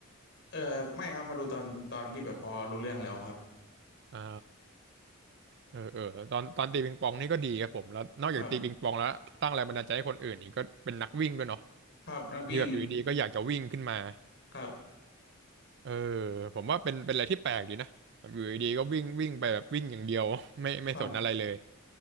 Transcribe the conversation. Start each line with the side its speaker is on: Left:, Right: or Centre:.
Left: เออไม่ครับมาดูตอนตอนที่แบบพอรู้เรื่องแล้วครับ
Right: อ่าเออ เออตอนตอนตีปิงปองนี่ก็ดีครับผม แล้วนอกจากตีปิงปองแล้วสร้างแรงบันดาลใจให้คนอื่นนี่ก็เป็นนักวิ่งด้วยเนาะ
Left: ครับครับนักวิ่ง
Right: ที่แบบอยู่ดีๆก็อยากจะวิ่งขึ้นมา
Left: ครับ
Right: เออผมว่าเป็นเป็นอะไรที่แปลกดีนะแบบอยู่ดีๆก็วิ่งวิ่งไปแบบวิ่งอย่างเดียว <laughs> ไม่ไม่สนอะไรเลย
Left: ครับ